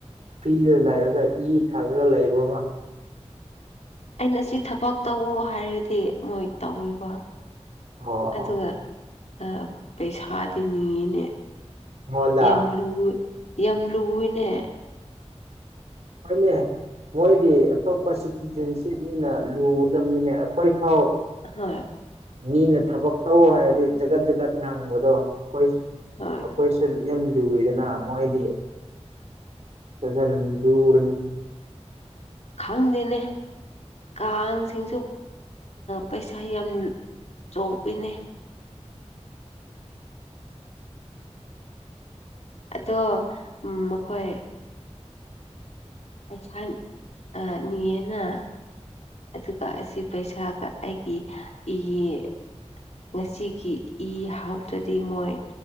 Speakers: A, on the right; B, on the left.
A: ꯐ꯭ꯔꯤꯗ ꯂꯩꯔꯒ ꯏ ꯊꯥꯔꯒ ꯂꯩꯕ꯭ꯔꯣ <unintelligible>
B: ꯑꯩꯅ ꯁꯤ ꯊꯕꯛ ꯇꯧꯋꯣ ꯍꯥꯏꯔꯗꯤ ꯃꯣꯏ ꯇꯧꯑꯦꯕ
A: ꯑꯣ
B: ꯑꯗꯨꯒ ꯑꯥ ꯄꯩꯁꯥꯗꯤ ꯅꯤꯅꯦ
A: ꯃꯉꯣꯟꯗ
B: ꯌꯥꯝ ꯂꯨ ꯌꯥꯝ ꯂꯨꯋꯤꯅꯦ
A: ꯍꯣꯢꯅꯦ ꯃꯣꯏꯗꯤ ꯑꯇꯣꯞꯄ ꯁꯤꯇꯤꯖꯦꯟꯁꯤꯞꯅꯤꯅ ꯂꯨꯒꯗꯝꯅꯤꯅꯦ ꯑꯈꯣꯏ ꯐꯥꯎ
B: ꯍꯣꯏ
A: ꯃꯤꯅ ꯊꯕꯛ ꯇꯧ ꯍꯥꯏꯔꯗꯤ ꯖꯒꯠ ꯖꯒꯠ ꯉꯥꯡꯕꯗꯣ ꯑꯈꯣꯏ
B: ꯍꯣꯢ
A: ꯈꯣꯏꯁꯨ ꯌꯥꯝ ꯂꯨꯋꯦꯗꯅ ꯃꯣꯏꯗꯒꯤ <unintelligible> ꯂꯨꯔꯅꯤ
B: ꯈꯪꯗꯦꯅꯦ ꯀꯥꯡꯁꯤꯡꯁꯨ ꯄꯩꯁꯥ ꯌꯥꯝ ꯆꯣꯄꯤꯅꯦ ꯑꯗꯣ ꯃꯈꯣꯏ ꯄꯩꯁꯥ ꯑꯥ ꯅꯤꯌꯦꯅ ꯑꯗꯨꯒ ꯑꯁꯤ ꯄꯩꯁꯥꯒ ꯑꯩꯒꯤ ꯑꯩꯒꯤ ꯉꯁꯤꯒꯤ ꯏ ꯍꯥꯎꯇ꯭ꯔꯗꯤ ꯃꯣꯏ